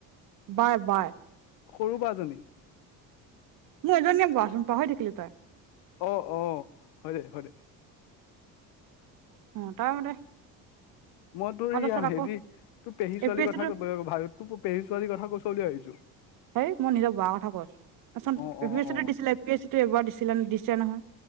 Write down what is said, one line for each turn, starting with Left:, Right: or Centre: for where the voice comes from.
Right: Bye bye.
Left: সৰু বাজনী।
Right: মই এজনীয়ে পা-পাহৰি থাকিলো তাই।
Left: অহ-অহ' হয় দেই হয় দেই।
Right: <unintelligible>
Left: মই তোৰ
Right: তাৰপাছত আকৌ
Left: হেৰি তোৰ পেহী ছোৱালীৰ
Right: এ পি এছ
Left: কথা,
Right: চিটো
Left: তোৰ পেহী ছোৱালীৰ কথা কৈছ বুলি ভাবিছোঁ।
Right: সেই মই নিজৰ <unintelligible> কথা কৈছো,
Left: অ অ অ
Right: <unintelligible> দিছিলে। আপিছই এবাৰ দিছিলে দিছে নহয়,